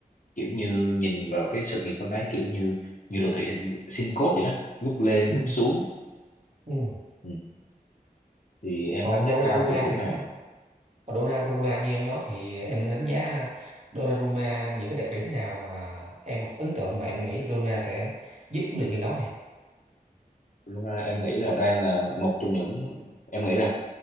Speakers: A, on the left (about 60°); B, on the right (about 50°).
A: kiểu như nhìn vào cái sự nghiệp của anh ấy kiểu như như đồ thị hình sin code vậy đó lúc lên
B: Ừ.
A: lúc xuống
B: ừ.
A: ừ. thì em
B: Còn
A: đánh giá
B: Donnarumma
A: cao cầu thủ
B: thì sao
A: này
B: Còn Donnarumma như em nói thì em đánh giá Donnarumma những cái đặc điểm nào mà em ấn tượng mà em nghĩ là Donnarumma sẽ giúp quyết định trận đấu này.
A: Lúc mà em nghĩ là đang là một trong những em nghĩ là